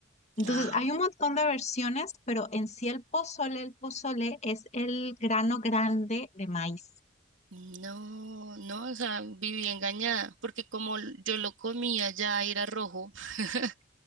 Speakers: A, on the left; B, on the right.
A: Entonces,
B: ah
A: hay un montón de versiones, pero en sí el pozole, el pozole es el grano grande de maíz.
B: No, no, o sea, viví engañada, porque como l- yo lo comía ya era rojo, <laughs>